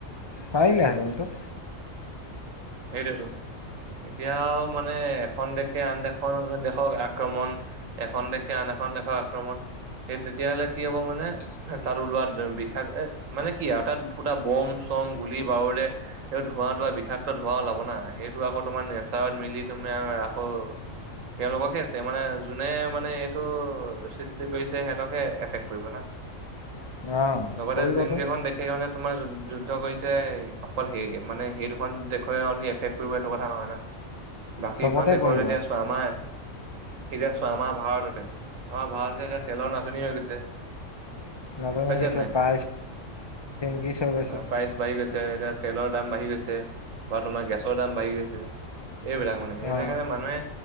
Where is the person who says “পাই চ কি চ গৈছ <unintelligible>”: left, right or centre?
Left